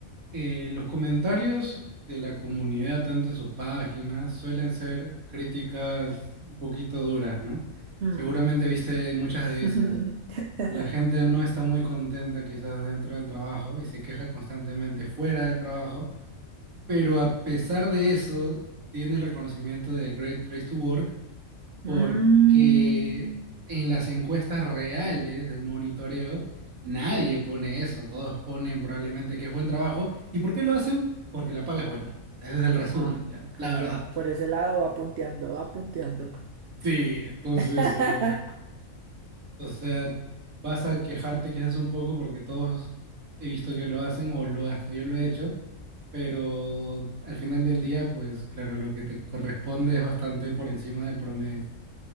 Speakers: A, on the right (about 80°); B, on the right (about 60°).
A: eh, los comentarios de la comunidad, tanto en sus páginas, suelen ser críticas un poquito duras, ¿no?
B: Mm.
A: Seguramente viste muchas
B: <laughs>
A: de esas. La gente no está muy contenta quizás dentro del trabajo y se queja constantemente fuera del trabajo, pero a pesar de eso, tiene el reconocimiento de Great Place to Work porque
B: Mm.
A: en las encuestas reales del monitoreo nadie pone eso, todos ponen probablemente que es buen trabajo. ¿Y por qué lo hacen? Porque la paga es buena. O sea, ese es el resumen,
B: Ah,
A: ya,
B: ok,
A: la verdad.
B: bueno, por ese lado va punteando, va punteando.
A: Sí, entonces,
B: <laughs>
A: eh, o sea, vas a quejarte quizás un poco porque todos he visto que lo hacen o lo hasta yo lo he hecho, pero al final del día, pues claro, lo que te corresponde es bastante por encima del promedio.